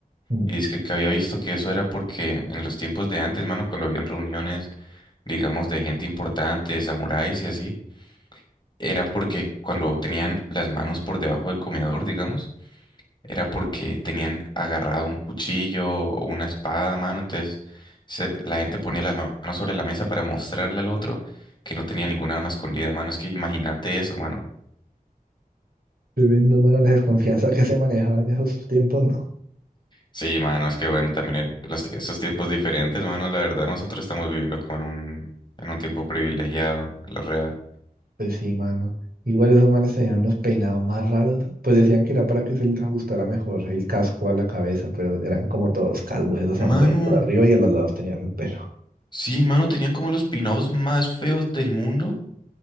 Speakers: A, on the right; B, on the left.
A: Mm.
B: Y es que, que había visto que eso era porque en los tiempos de antes, mano, cuando habían reuniones, digamos, de gente importante, de samuráis y así, era porque cuando tenían las manos por debajo del comedor, digamos, era porque tenían agarrado un cuchillo o una espada, mano. Entonces, se- la gente ponía las ma- manos sobre la mesa para mostrarle al otro que no tenía ningún arma escondida, mano. Es que imagínate eso, mano.
A: Tremendo, mano, la desconfianza que se manejaba en esos tiempos, ¿no?
B: Sí, mano, es que bueno, también el- los, esos tiempos diferentes, mano, la verdad, nosotros estamos viviendo como en un, en un tiempo privilegiado, lo real.
A: Pues sí, mano. Igual esos manes tenían unos peinados más raros. Pues decían que era para que se les ajustara mejor el casco a la cabeza, pero eran como todos calvos esos samuráis
B: Mano,
A: por arriba y a los lados tenían el pelo.
B: sí, mano, tenían como los pinados más feos del mundo.